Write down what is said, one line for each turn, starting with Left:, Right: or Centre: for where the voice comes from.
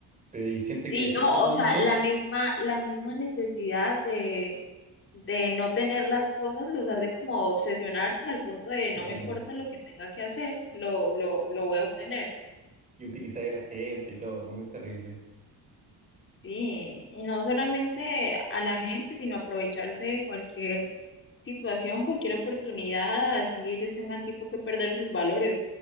Right: Pero y siente
Left: Sí,
Right: que de cierto
Left: no,
Right: punto,
Left: o sea, la misma, la misma necesidad de, de no tener las cosas los hace como obsesionarse al punto de no
Right: claro,
Left: me importa lo que tenga que hacer, lo, lo, lo voy a obtener.
Right: y utilizar a la gente y todo, como muy terrible.
Left: Sí, y no solamente a la gente, sino aprovecharse de cualquier situación, cualquier oportunidad, así ellos tengan tipo que perder sus valores,